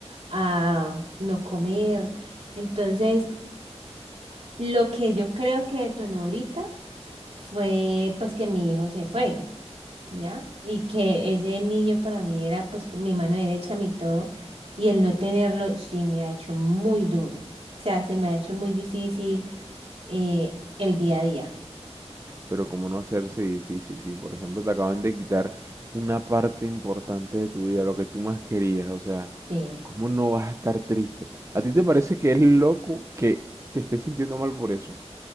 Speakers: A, on the right; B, on the right.
A: a no comer. Entonces, lo que yo creo que detonó ahorita fue pues que mi hijo se fue, ¿ya? Y que ese niño para mí era pues como mi mano derecha, mi todo, y el no tenerlo sí me ha hecho muy duro. O sea, se me ha hecho muy difícil eh, el día a día.
B: Pero cómo no hacerse difícil si, por ejemplo, te acaban de quitar una parte importante de tu vida, lo que tú más querías, o sea,
A: Sí.
B: ¿cómo no vas a estar triste? ¿A ti te parece que es loco que te estés sintiendo mal por eso?